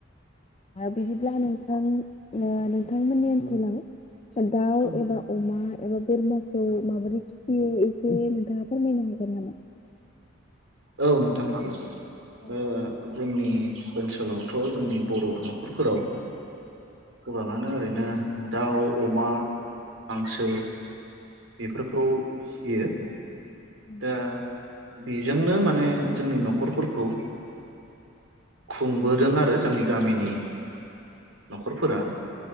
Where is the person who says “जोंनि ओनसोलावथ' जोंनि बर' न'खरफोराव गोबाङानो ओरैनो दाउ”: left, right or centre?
Right